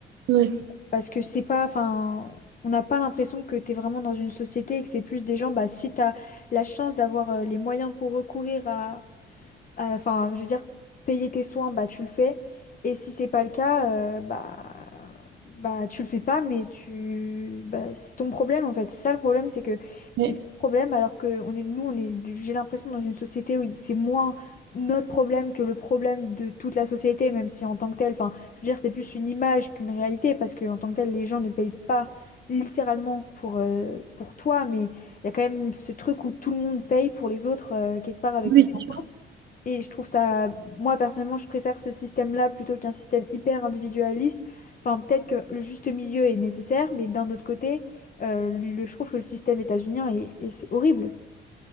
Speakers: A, on the right; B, on the left.
A: Ouais,
B: Parce que c'est pas, enfin, on n'a pas l'impression que tu es vraiment dans une société et que c'est plus des gens, bah, si tu as la chance d'avoir euh, les moyens pour recourir à, euh, Enfin, je veux dire, payer tes soins, bah tu le fais. Et si c'est pas le cas, euh, bah, bah tu le fais pas, mais tu, bah, c'est ton problème en fait. C'est ça le problème, c'est que c'est
A: ouais.
B: ton problème alors que on est, nous, on est, j'ai l'impression dans une société où c'est moins notre problème que le problème de toute la société, même si en tant que tel, enfin, je veux dire, c'est plus une image qu'une réalité parce que en tant que tel, les gens ne payent pas littéralement pour, euh, pour toi, mais il y a quand même ce truc où tout le monde paye pour les autres euh, quelque part avec
A: Oui,
B: les
A: c'est
B: impôts.
A: sûr.
B: Et je trouve ça, moi personnellement, je préfère ce système-là plutôt qu'un système hyper individualiste. Enfin, peut-être que le juste milieu est nécessaire, mais d'un autre côté, euh, le- je trouve que le système états-unien est, et c'est horrible.